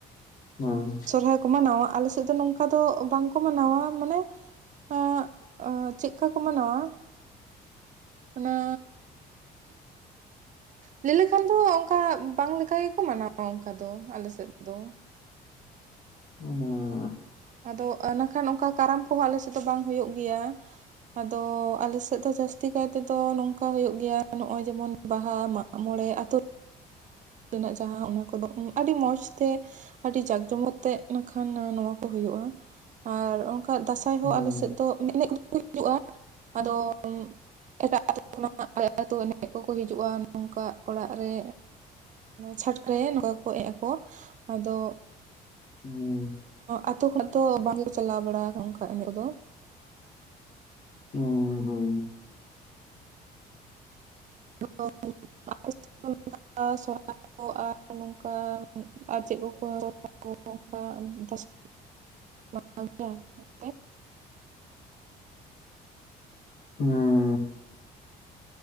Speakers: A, on the left; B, on the right.
A: ᱦᱩᱸ
B: ᱥᱚᱨᱦᱟᱭ ᱠᱚ ᱢᱟᱱᱟᱣᱟ ᱟᱞᱮ ᱥᱮᱫ ᱫᱚ ᱱᱚᱝᱠᱟ ᱫᱚ ᱵᱟᱝᱠᱚ ᱢᱟᱱᱟᱣᱟ ᱢᱟᱱᱮ <unintelligible> ᱪᱮᱜᱠᱟ ᱠᱚ ᱢᱟᱱᱟᱣᱟ ᱚᱱᱟ ᱞᱟᱹᱭ ᱞᱮᱠᱷᱟᱱ ᱫᱚ ᱚᱱᱠᱟ, ᱵᱟᱝ ᱞᱮᱠᱟ ᱜᱮᱠᱚ ᱢᱟᱱᱟᱣᱟ ᱚᱱᱠᱟ ᱫᱚ ᱟᱞᱮ ᱥᱮᱫ ᱫᱚ ᱾
A: <unintelligible>
B: ᱟᱫᱚ ᱱᱟᱠᱷᱟᱱ ᱚᱱᱠᱟ ᱠᱟᱨᱟᱢ ᱠᱚᱦᱚᱸ ᱟᱞᱮ ᱥᱮᱫ ᱫᱚ ᱵᱟᱝ ᱦᱳᱭᱳᱜ ᱜᱮᱭᱟ ᱾ ᱟᱫᱚ ᱟᱞᱮ ᱥᱮᱫ ᱫᱚ ᱡᱟᱹᱥᱛᱤ ᱠᱟᱭᱛᱮ ᱫᱚ ᱱᱚᱝᱠᱟ ᱦᱳᱭᱳᱜ ᱜᱮᱭᱟ, ᱱᱚᱜᱼᱚᱭ ᱡᱮᱢᱚᱱ ᱵᱟᱦᱟ ᱢᱟᱜ ᱢᱚᱬᱮᱸ ᱟᱛᱳ ᱨᱮᱱᱟᱜ ᱡᱟᱦᱟᱸ ᱚᱱᱟ ᱠᱚᱫᱚ ᱟᱹᱰᱤ ᱢᱚᱡᱽ ᱛᱮ ᱟᱹᱰᱤ ᱡᱟᱠ ᱡᱚᱢᱚᱠ ᱛᱮᱜ ᱱᱟᱠᱷᱟᱱ ᱱᱚᱣᱟ ᱠᱚ ᱦᱳᱭᱳᱜᱼᱟ ᱾ ᱟᱨ ᱚᱱᱠᱟ ᱫᱟᱥᱟᱭ
A: ᱦᱩᱸ
B: ᱦᱚᱸ ᱟᱞᱮ ᱥᱮᱫ ᱫᱚ <unintelligible> ᱦᱳᱭᱳᱜᱼᱟ ᱟᱫᱚ ᱮᱴᱟᱜ ᱟᱹᱛᱩ ᱠᱷᱚᱱᱟᱜ ᱟᱞᱮ ᱟᱹᱛᱩ ᱮᱱᱮᱡ ᱠᱚᱠᱚ ᱦᱤᱡᱩᱜᱼᱟ ᱱᱚᱝᱠᱟ ᱚᱲᱟᱜ ᱨᱮ ᱪᱷᱟᱴᱠ ᱨᱮ ᱱᱚᱝᱠᱟ ᱠᱚ <unintelligible> ᱟᱠᱚᱣᱟ ᱟᱫᱚ
A: ᱦᱩᱸ᱾
B: ᱟᱛᱳ ᱠᱷᱚᱱᱟᱜ ᱫᱚ ᱵᱟᱝᱞᱮ ᱪᱟᱞᱟᱣ ᱵᱟᱲᱟ ᱠᱟ‌ᱱᱟ ᱚᱝᱠᱟ ᱮᱱᱮᱜ ᱫᱚ ᱾
A: ᱦᱩᱸ ᱦᱩᱸ
B: <unintelligible> ᱟᱨ ᱱᱚᱝᱠᱟ ᱟᱨ ᱪᱮᱜ ᱠᱚ ᱠᱚ <unintelligible> <unintelligible>
A: ᱦᱩᱸ